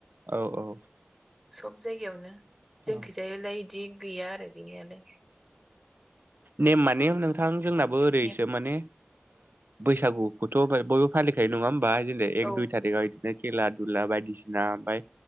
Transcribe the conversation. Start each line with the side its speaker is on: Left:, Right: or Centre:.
Right: औ औ
Centre: सब जायगायावनो
Right: औ
Centre: जोंखैजायालाय बिदि गैया आरो गैनायालाय।
Right: नेम माने नोंथां जोंनाबो ओरैसो
Centre: नेम
Right: माने बैसागुखौथ' बयबो फालिखायो नङा होमबा बिदिनो एक
Centre: औ
Right: दुइ थारिकाव बिदिनो खेला दुला बायदिसिना ओमफाय